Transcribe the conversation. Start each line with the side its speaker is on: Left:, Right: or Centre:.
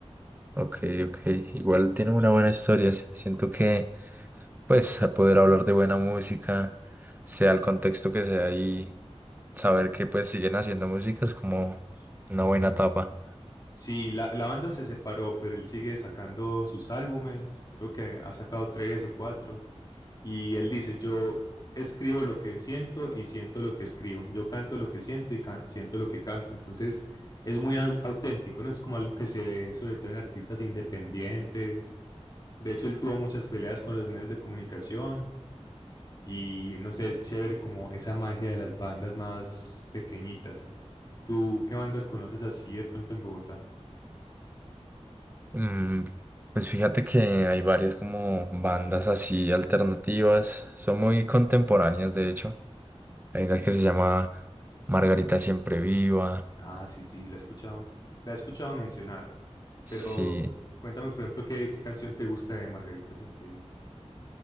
Right: Ok, ok. Igual tiene una buena historia. s- Siento que, pues, a poder hablar de buena música, sea el contexto que sea y saber que, pues, siguen haciendo música es como una buena etapa.
Left: Sí, la, la banda se separó, pero él sigue sacando sus álbumes, creo que ha sacado tres o cuatro, y él dice, yo escribo lo que siento y siento lo que escribo, yo canto lo que siento y ca- siento lo que canto, entonces es muy au- auténtico, ¿no? Es como algo que se ve sobre todo en artistas independientes, de hecho él tuvo muchas peleas con los medios de comunicación y no sé, es chévere como esa magia de las bandas más pequeñitas. ¿Tú qué bandas conoces así de pronto en Bogotá?
Right: Mm, pues fíjate que hay varias como bandas así alternativas. Son muy contemporáneas, de hecho. Hay una que se llama Margarita Siempre Viva.
Left: Ah, sí, sí, la he escuchado, la he escuchado mencionar,
Right: Sí,
Left: pero cuéntame, por ejemplo, qué, qué canción te gusta de Margarita Siempre Viva.